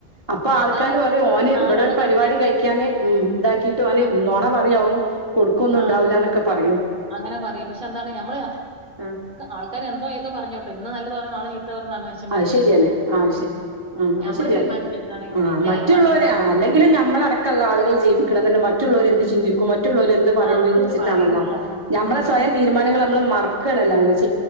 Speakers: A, on the right; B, on the right.
A: അപ്പൊ
B: ആ
A: ആൾക്കാര്
B: അതാണ്
A: പറയും
B: അ-
A: ഓന്
B: നാലാളെ
A: ഇവിടെ ഒരു പരിപാടി
B: കാണിക്കാൻ
A: കഴിക്കാന് ഉം ഇതാക്കിട്ട് ഓന്
B: ആ
A: നുണ പറയാവും കൊടുക്കൊന്നും
B: ആ
A: ഇണ്ടാവില്ല എന്നൊക്കെ പറ
B: അങ്ങനെ പറയും പക്ഷെ എന്താണ് നമ്മള്
A: ആഹ്
B: ആൾക്കാർ എന്തോ ഏതോ പറഞ്ഞോട്ടോ ഇന്ന് നല്ലത് പറയുന്ന നാളെ ചീത്ത ത് <unintelligible>
A: ആ ശെരിയാണ് ആ ആഹ
B: നമ്മള്
A: ശരിയാണ്
B: തീരുമാനിക്കുക എന്താണ്
A: ആഹ്
B: എന്റെ
A: മറ്റുള്ളവര്
B: കല്യാണം എന്താണ്
A: അല്ലെങ്കിലും ന മ്മളടക്കമുള്ള ആളുകൾ ജീവിക്കണത് തന്നെ മറ്റുള്ളവര് എന്ത്‌ ചി കും മറ്റുളോൽ എന്ത് പറയുന്ന്
B: ആ
A: വിചാരിച്ചിട്ടാണല്ലോ
B: ഇത് പറയുന്നില്ല ആ
A: നമ്മളെ
B: ആ
A: സ്വയം തീരുമാനങ്ങൾ നമ്മള് മറക്കണല്ലോ അങ്ങനെ ചെയ്യുമ്പോ